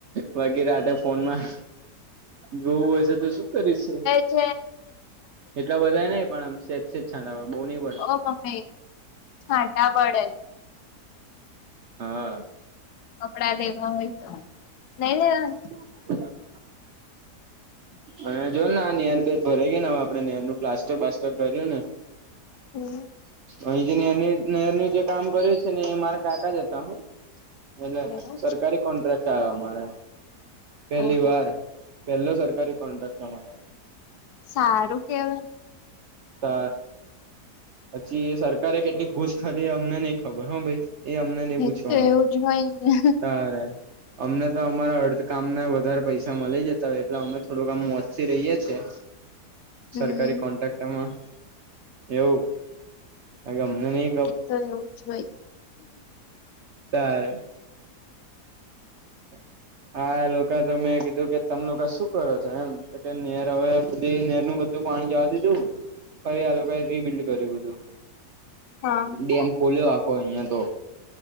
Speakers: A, on the right; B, on the left.
A: વાગેરે રાતે ફોનમાં જોવું હશે તો શું કરી છે
B: હ
A: એટલા બધા નહ પણ આમ સે સ છાંય બઉ નહિ બ
B: ઓ મમ્મી છાંટા પડે જ
A: હા
B: કપડા લેવા હોય તો નઈ લેવા
A: <unintelligible> અને જો ને આ નેયર બેર ભરાઈ ગય ને હવે આપડે નેયર નું પ્લાસ્ટર પાસ્ટર ભર્યું ને
B: હમ
A: અહી જે ર નેરનું જે કામ કર્યું છે ને એ મારા કાકા જ હતા હું એટલે
B: એવું
A: સરકારી કોન્ટ્રાક્ટ આવ્યો અમારે પેલી
B: ઓહો
A: વાર પેલો સરકારી કોન્ટ્રાક્ટ તમારો
B: સારું કેવાય
A: ત પછી સરકારે કેટલી ઘૂસ ખાધી અમને નઈ ખબર હો ભાઈ એ અમને નહ
B: એક
A: પૂછવાનું
B: તો એવું જ હોય ને
A: સારે અમને તો અમારા અર્ધકામ ને વધારે પૈસા મળી જતા હોય એટલે અમને થોડુંકામ મોચથી રહીએે છીએ
B: હમ
A: સરકારી કોન્ટ્રાક્ટમાં એવું અમને નહ
B: એ તો એવું જ હોય
A: ત્યારે હ હા એ લોકો તો મેં કીધું કે તમે લોકો શું કરો છો એમ તો કે નેર હવે પધી નેર નું બધું બધું પાણી જવા દીધું ફરી આ લોકોએ રીબિિલ્ડ કર્યું બધું
B: હા
A: ડેમ ખોલ્યો આખો અહિયાં તો